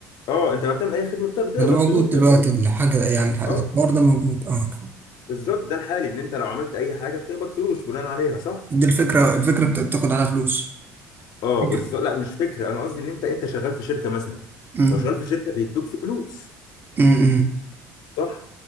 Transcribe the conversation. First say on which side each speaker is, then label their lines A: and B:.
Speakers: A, on the left; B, on the right.
A: اه انت لما بتعمل اي خدمه بت- بتقبض
B: ما ده موجود
A: فلوس بقى
B: دلوقتي الحاجه يعني الحوار
A: اه
B: ده موجود اه
A: بالظبط ده الحالي ان انت لو عملت اي حاجه بتقبض فلوس بناء عليها صح
B: دي الفكره الفكره بت- بتاخد على فلوس
A: اه
B: فكرة.
A: بالظبط لا مش فكره انا قصدي ان انت انت شغال في شركه مثلا
B: امم
A: لو شغال في شركه بيدوك فلوس
B: امم
A: صح